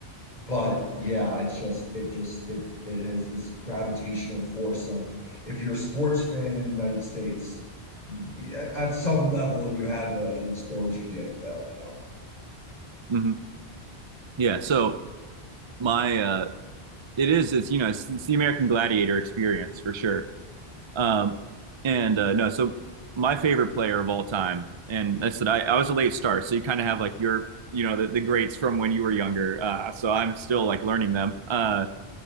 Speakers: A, on the left (about 40°); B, on the right (about 45°).
A: but yeah, it's just, it just, it, it has this gravitational force of if you're a sports fan in the United States, at, at some level, you have a, an exposure to the NFL. You know?
B: <laughs> hmm Yeah, so my uh it is it's you know it's, it's the American Gladiator experience for sure. Um and uh no, so my favorite player of all time and I said I, I was a late start, so you kind of have like your you know the, the greats from when you were younger. Uh so I'm still like learning them. Uh